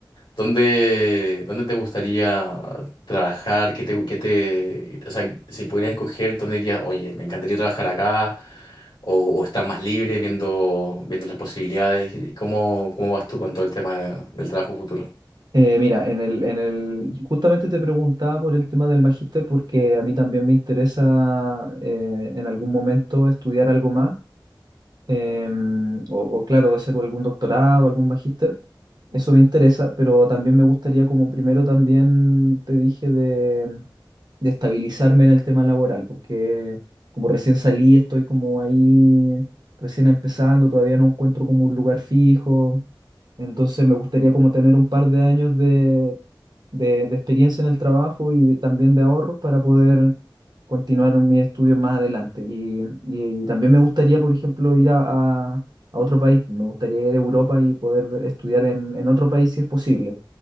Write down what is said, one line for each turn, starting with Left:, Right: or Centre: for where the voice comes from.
Left: ¿Dónde, dónde te gustaría trabajar? ¿Qué te, qué te, o sea, si pudieras escoger, ¿dónde dirías, oye, me encantaría trabajar acá? ¿O, o estás más libre viendo, viendo las posibilidades? ¿Y ¿Cómo, cómo vas tú con todo el tema del trabajo futuro?
Right: Eh, mira, en el, en el, justamente te preguntaba por el tema del magíster porque a mí también me interesa eh, en algún momento estudiar algo más em, o, o claro, hacer algún doctorado, algún magíster, eso me interesa, pero también me gustaría, como primero también te dije, de, de estabilizarme en el tema laboral, porque como recién salí, estoy como ahí, recién empezando, todavía no encuentro como un lugar fijo, entonces me gustaría como tener un par de años de, de, de experiencia en el trabajo y de- también de ahorros para poder continuar mis estudios más adelante. Y, y también me gustaría, por ejemplo, ir a, a- a otro país. Me gustaría ir a Europa y poder ver- estudiar en, en otro país si es posible.